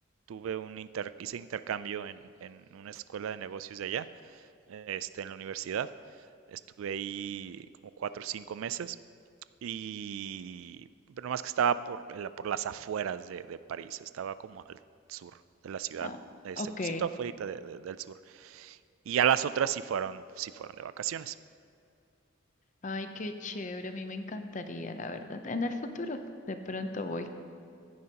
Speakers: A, on the right; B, on the left.
A: Tuve un inter- hice intercambio en, en una escuela de negocios de allá este, en la universidad. Estuve ahí como cuatro o cinco meses y pero más que estaba por, la- por las afueras de, de París, estaba como al sur de la ciudad,
B: Ah,
A: este,
B: ok.
A: justito afuera del sur. Y ya las otras sí fueron, sí fueron de vacaciones.
B: Ay, qué chévere, a mí me encantaría, la verdad. En el futuro, de pronto voy.